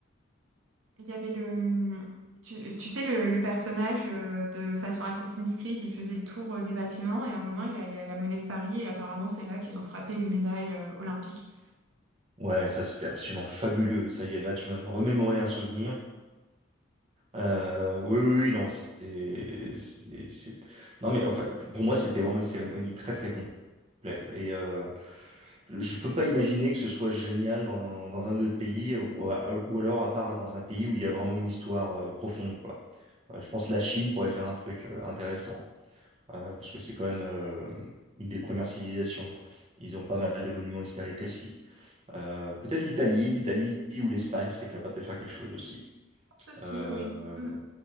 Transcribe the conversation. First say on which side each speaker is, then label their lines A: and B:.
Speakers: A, on the right; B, on the right.
A: Il y avait le... Tu, tu sais, le, le personnage euh, de façon Assassin's Creed, il faisait le tour euh, des bâtiments et à un moment, il est allé à la Monnaie de Paris et apparemment, c'est là qu'ils ont frappé les médailles euh, olympiques.
B: Ouais, ça c'était absolument fabuleux. Ça y est, là tu m'as remémoré un souvenir. Euh, oui, oui, oui, non, c'est, c'est, c'est- non mais enfin, pour moi c'était vraiment une cérémonie très très complète. Et euh, je peux pas imaginer que ce soit génial dans, dans un autre pays ou, à- ou alors à part dans un pays où il y a vraiment une histoire euh, profonde, quoi. Euh, je pense que la Chine pourrait faire un truc euh, intéressant. euh, parce que c'est quand même euh, une des premières civilisations. Ils ont pas mal de monuments historiques aussi. Euh, peut-être l'Italie, l'Italie ou l'Espagne seraient capables de faire quelque chose aussi.
A: Ceci,
B: Euh,
A: oui. Mm.